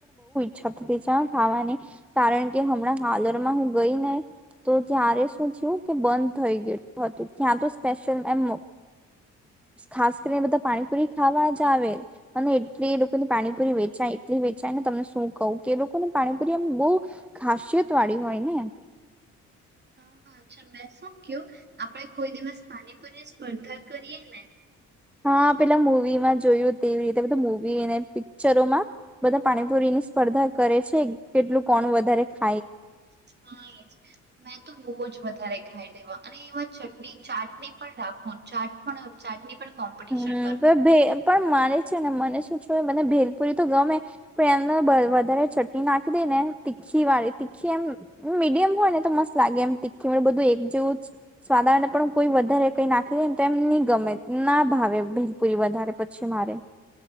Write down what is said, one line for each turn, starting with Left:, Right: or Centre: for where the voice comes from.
Centre: છા થતી છે હ ખાવાની, કારણ કે હમણાં હાલરમાં હું ગઈ ને, તો ત્યારે શું થયું કે બંધ થઈ ગેલુ હતું ત્યાં તો સ્પેશિયલ એમ ખાસ કરીને બધા પાણીપુરી ખાવા જ આવે. અને એટલી એ લોકોની પાણીપુરી વેચાય એટલી વેચાય ને તમને શું કઉ કે એ લોકોનું પાણીપુરી અમ બઉ ખાસિયત વાળી હોય ને એમ.
Right: હા હા અચ્છા મેં શું ક્યો આપણેે કોઈ દિવસ પાણીપુરી સ્પર્ધા કરીએ ને?
Centre: હા પેલા મુવીમાં જોયું તેવી રીતે, બધા મુવીને પિક્ચરોમાં, બધા પાણીપુરીની સ્પર્ધા કરે છે કેટલું કોણ વધારે ખા
Right: હ એજ, મેં તો બઉ જ વધ રે ખાઈ લેવા અને એમાં ચટણી ચાટની પણ રાખો ચાટ પણ ચાટની પણ કોમ્પિટિશન
Centre: હમ્મ,
Right: કરવું
Centre: તો ભે પણ માને છે ને મને શું મને ભેલપુરી તો ગમે પણ એંદર વધારે ચટણી નાખી દે ને, તીખી વાળી તીખી એમ મીડિયમ હોય ને તો મસ્ત લાગે એમ તીખી મને બધું એક જેવું જ સ્વાદા ને પણ કોઈ વધારે કઈ નાખી દે ને તો એમ ની ગમે, ના ભાવે ભેલપુરી વધારે પછી મારે.